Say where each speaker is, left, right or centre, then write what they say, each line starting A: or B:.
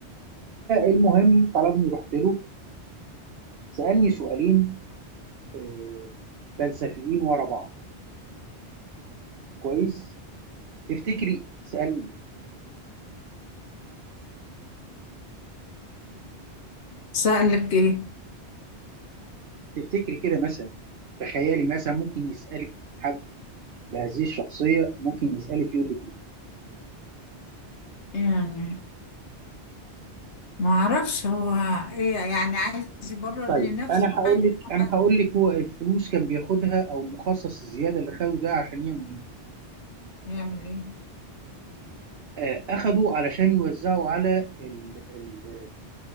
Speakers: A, on the right; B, on the left.
A: المهم طلبني رحت له سالني سؤالين آه، فلسفيين ورا بعض كويس تفتكري سألني
B: سألك ايه
A: ايه تفتكري كده مثلا تخيلي مثلا ممكن يسألك حد بهذه الشخصية ممكن يسألك يقول لك ايه
B: يعني ما اعرفش هو ايه يعني عايز يبرر
A: طيب
B: لنفسه
A: انا هقول
B: حاجة
A: لك انا
B: حاجة
A: هقول لك هو الفلوس كان بياخدها او المخصص الزياده اللي خده ده عشان يعمل بيه
B: يعمل ايه
A: آه، اخده علشان يوزعه على ال- ال-